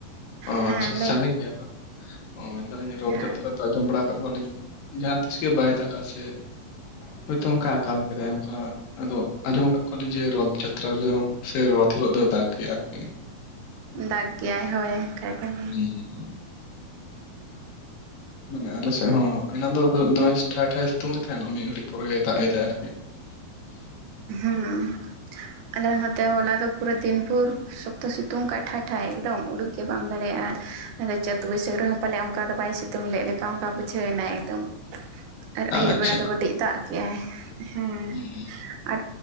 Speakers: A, on the left; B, on the right.
A: ᱚ
B: ᱦᱮᱸ
A: ᱟᱪᱪᱷᱟ
B: ᱞᱟᱹᱭ
A: ᱥᱟᱺᱜᱤᱧ
B: ᱢᱮ
A: ᱜᱮᱭᱟ ᱵᱟᱝ? ᱚ ᱢᱮᱱᱫᱟᱞᱤᱧ ᱨᱚᱛᱷ
B: ᱦᱮᱸ
A: ᱡᱟᱛᱨᱟ ᱫᱚ ᱟᱸᱡᱚᱢ ᱵᱟᱲᱟ ᱠᱟᱜ ᱠᱚᱣᱟᱞᱤᱧ ᱡᱟᱦᱟᱸ ᱛᱤᱥ ᱜᱮ ᱵᱟᱭ ᱫᱟᱜᱟ ᱥᱮ ᱦᱳᱭᱛᱚ ᱚᱱᱠᱟ ᱟᱠᱟᱞ ᱠᱮᱫᱟᱭ ᱚᱱᱠᱟ ᱟᱫᱚ ᱟᱸᱡᱚᱢ ᱟᱠᱟᱜ ᱠᱚᱣᱟᱞᱤᱧ ᱡᱮ ᱨᱚᱛᱷ ᱡᱟᱛᱨᱟ ᱨᱮᱫᱚ ᱥᱮ ᱨᱚᱛᱷ ᱦᱤᱞᱳᱜ ᱫᱚᱭ ᱫᱟᱜ ᱜᱮᱭᱟ ᱟᱨᱠᱤ᱾
B: ᱫᱟᱜᱽ ᱜᱮᱭᱟᱭ ᱦᱳᱭ᱾ ᱠᱟᱱ
A: <inaudible>
B: ᱜᱮᱭᱟ
A: ᱢᱟᱱᱮ ᱟᱞᱮ ᱥᱮᱫ ᱦᱚᱸ ᱚᱱᱟᱱ ᱫᱚ ᱫᱚᱢᱮ ᱴᱷᱟᱭ ᱴᱷᱟᱭᱮ ᱥᱤᱛᱩᱝ ᱮᱫ ᱛᱟᱦᱮᱱ ᱟᱨ ᱢᱤᱫ ᱜᱷᱟᱹᱲᱤᱡ ᱯᱚᱨᱮ ᱜᱮᱭ ᱫᱟᱜ ᱮᱫᱟᱭ ᱟᱨᱠᱤ᱾ <inaudible>
B: ᱦᱩᱸ ᱟᱞᱮ ᱱᱚᱛᱮ ᱦᱚᱞᱟ ᱫᱚ ᱯᱩᱨᱟᱹ ᱫᱤᱱ ᱯᱷᱩᱨ ᱥᱚᱠᱛᱚ ᱥᱤᱛᱩᱝ ᱠᱟᱜ-ᱟᱭ ᱴᱷᱟᱭ ᱴᱷᱟᱭ ᱮᱠᱫᱚᱢ ᱩᱰᱩᱠ ᱜᱮ ᱵᱟᱢ ᱫᱟᱲᱮᱭᱟᱜᱼᱟ᱾ ᱟᱫᱚ ᱪᱟᱹᱛ ᱵᱟᱹᱭᱥᱟᱹᱠᱷ ᱨᱮᱦᱚᱸ ᱯᱟᱞᱮᱫ ᱚᱱᱠᱟ ᱫᱚ ᱵᱟᱭ ᱥᱤᱛᱩᱝ ᱞᱮᱫ ᱞᱮᱠᱟ ᱚᱱᱠᱟ ᱵᱩᱡᱷᱟᱹᱣᱱᱟ ᱮᱠᱫᱚᱢ᱾ ᱟᱨ ᱟᱹᱭᱩᱵ
A: ᱟᱪᱪᱷᱟ
B: ᱵᱮᱲᱟ ᱫᱚ ᱠᱟᱹᱴᱤᱡ ᱫᱟᱜ ᱠᱮᱜᱟᱭ ᱦᱮᱸ᱾
A: ᱦᱩᱸ ᱦᱩᱸ
B: ᱟᱨ